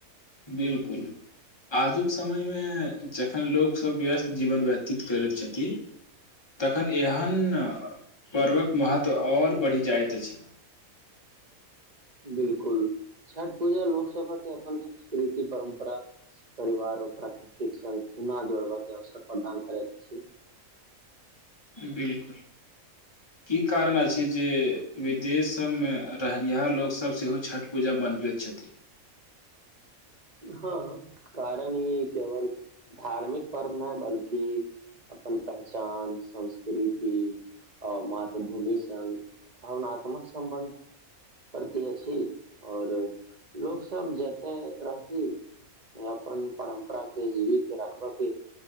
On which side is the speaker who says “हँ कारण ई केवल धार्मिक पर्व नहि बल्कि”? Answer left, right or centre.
Right